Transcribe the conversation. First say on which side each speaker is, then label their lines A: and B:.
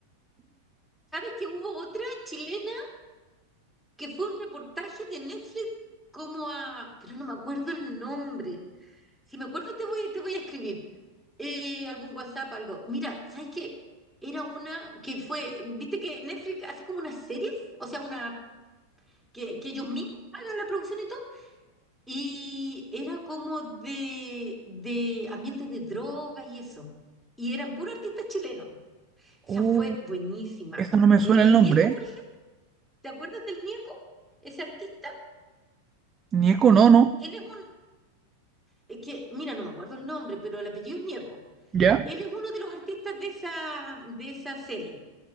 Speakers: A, in the centre; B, on the right.
A: ¿Sabes que hubo otra chilena que fue un reportaje de Netflix como a, pero no me acuerdo el nombre. Si me acuerdo te voy, te voy a escribir. eh, algún WhatsApp, algo. Mira, ¿sabes qué? Era una que fue, viste que Netflix hace como unas series, o sea, una que, que ellos mismos hagan la producción y todo, y era como de, de ambientes de drogas y eso. Y eran puros artistas chilenos. Esa
B: Oh,
A: fue buenísima.
B: eso no me suena
A: El,
B: el
A: el
B: nombre,
A: Nieco,
B: ¿eh?
A: por ejemplo, ¿te acuerdas del Nieco? Ese artista,
B: Nieko no, no,
A: él es un, es que, mira, no me acuerdo el nombre, pero el apellido es Nieco.
B: ¿ya?
A: Él es uno de los artistas de esa, de esa serie.